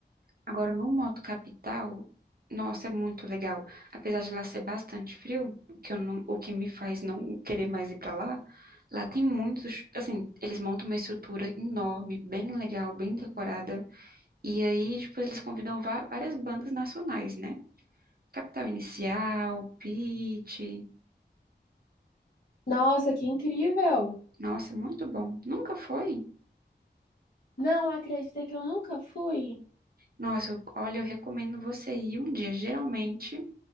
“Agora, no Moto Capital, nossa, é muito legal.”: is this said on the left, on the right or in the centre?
Right